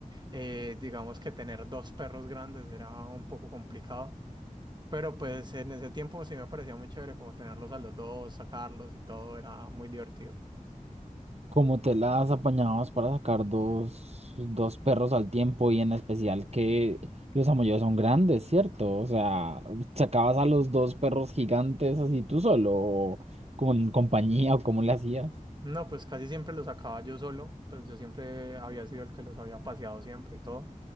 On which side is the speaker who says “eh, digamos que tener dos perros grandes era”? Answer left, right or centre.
Right